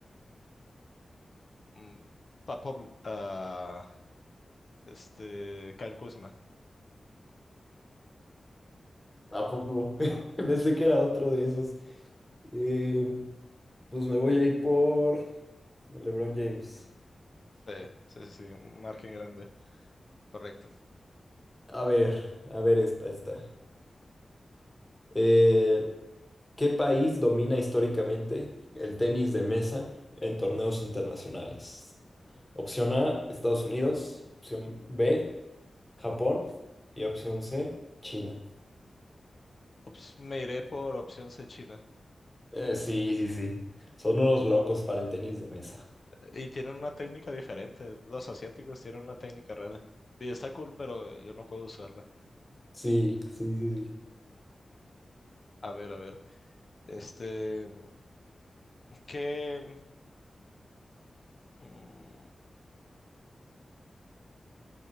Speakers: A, on the left; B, on the left.
A: mm, Papo, ah, este, Kyle Kuzma.
B: ¿A poco? <laughs> Pensé que era otro de esos. Eh, pues me voy a ir por LeBron James.
A: Sí, sí, sí, sí, un margen grande. Correcto.
B: A ver, a ver esta, esta. Eh, ¿qué país domina históricamente el tenis de mesa en torneos internacionales? Opción A, Estados Unidos. Opción B, Japón. Y opción C, China.
A: Ops- me iré por opción C, China.
B: Eh, sí, sí, sí. Son unos locos para el tenis de mesa.
A: Y tienen una técnica diferente. Los asiáticos tienen una técnica rara. Y está cool, pero yo no puedo usarla.
B: Sí, sí, sí, sí.
A: A ver, a ver. Este, ¿qué, mm,